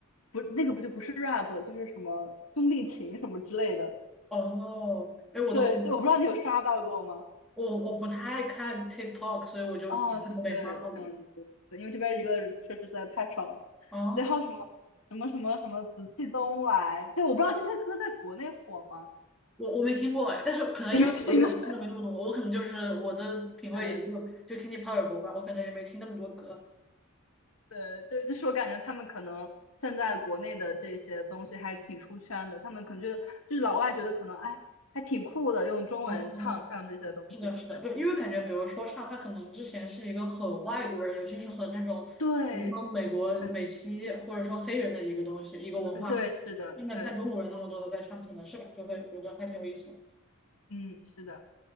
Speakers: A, on the left (about 70°); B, in the centre.
A: 不那个不就不是 rap 了，就是什么兄弟情什么之类的，
B: 哦，哎，我都
A: 对，我不知道你有刷到过吗？
B: 我我不太看 TikTok，所以我就可能没刷到过。
A: 哦，是对，这样子，对因为这边娱乐确实实在太少了。
B: 哦，
A: 对，还有什么什么什么什么紫气东来，就我不知道这些歌在国内火吗？
B: 我我没听过哎，但是可能因为我也听的没那么多，
A: 你没听过？<laughs>
B: 我可能就是我的品味也就就听听潘玮柏吧，
A: 嗯，
B: 我可能也没听那么多歌。
A: 对，就就是我感觉他们可能现在国内的这些东西还挺出圈的，他们可能觉得就是老外觉得可能哎还挺酷的，用中文唱唱这些东西。
B: 哦，是的，是的，
A: 对
B: 对，因为感觉，比如说唱，他可能之前是一个很外国人，尤其是很那种，
A: 对，
B: 比如说美国美籍或者说黑人的一个东西，
A: 嗯
B: 一个文化。
A: 对，是的，
B: 现在看中国人那么多的在唱，
A: 对，
B: 可能是吧，就会觉得还挺有意思
A: 嗯是的，